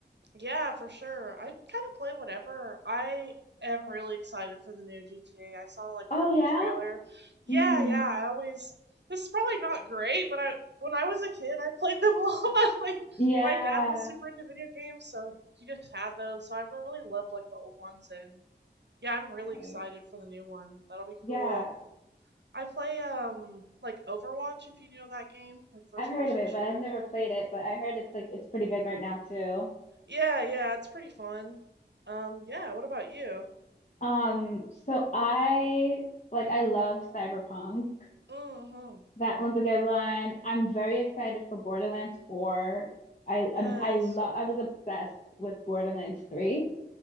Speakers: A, on the right; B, on the left.
A: Yeah, for sure. I kind of play whatever. I am really excited for the new GTA. I saw like
B: Oh
A: the
B: yeah?
A: new trailer. Yeah,
B: hmm
A: yeah. I always this is probably not great, but I when I was a kid, I played them <laughs> a lot. Like
B: Yeah.
A: my dad was super into video games, so he just had those. So I really loved like the old ones and yeah, I'm really
B: Nice.
A: excited for the new one. That'll be
B: Yeah.
A: cool. I play um like Overwatch if you know that game, like first
B: I've heard
A: person
B: of it,
A: shooter.
B: but I've never played it, but I heard it's like it's pretty big right now too.
A: Yeah, yeah, it's pretty fun. Um yeah, what about you?
B: Um, so I like I love Cyberpunk.
A: hmm
B: That one's a good one. I'm very excited for Borderlands 4. I
A: Yes.
B: um, I love I was obsessed with Borderlands 3.